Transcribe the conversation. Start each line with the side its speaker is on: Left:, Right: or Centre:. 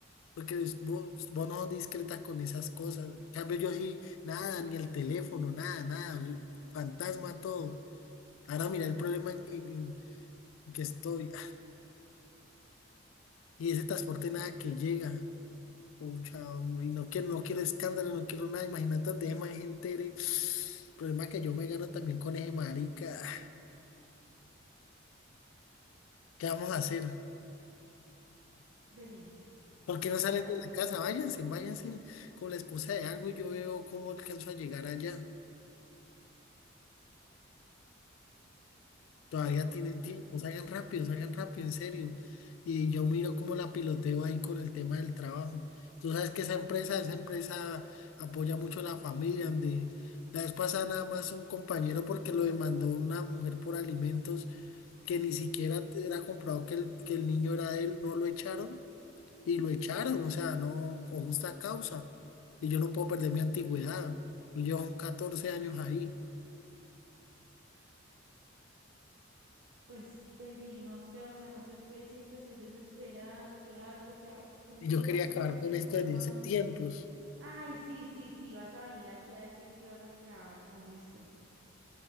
Left: porque des- vos, vos no sos discreta con esas cosas, en cambio yo sí, nada, ni el teléfono, nada, nada, yo- fantasma todo. Ahora mira el problema en, en- en que estoy. ah, Y ese transporte nada que llega. Pucha, hombre, y no quiero, no quiero escándalo, no quiero nada. Imagínate donde más gente entere. Problema que yo me gano también con ese marica. ah, ¿Qué vamos a hacer?
Right: Vení,
Left: ¿Por qué no salen
Right: a ver.
Left: de la casa? Váyanse, váyanse con la excusa de algo y yo veo cómo alcanzo a llegar allá. Todavía tienen
Right: ah,
Left: tiempo, salgan rápido, salgan rápido, en serio. Y yo miro cómo la piloteo ahí con el tema del trabajo. Tú sabes que esa empresa, esa empresa apoya mucho a la familia, donde la vez pasada nada más un compañero porque lo demandó una mujer por alimentos que ni siquiera era comprobado que el, que el niño era de él, no lo echaron y lo echaron, o sea, no con justa causa. Y yo no puedo perder mi antigüedad. Yo llevo 14 años ahí
Right: Pues, baby, no sé, o sea, no sé qué decirte, soy desesperada, ¿qué hago? O sea, ¿quién
Left: y
Right: le inventó
Left: yo quería
Right: este
Left: acabar
Right: man para
Left: con esto
Right: que nos
Left: desde
Right: vamos?
Left: hace tiempos.
Right: Ay, sí, sí, sí, vas a venir aquí a decir que vas a acabar con esto.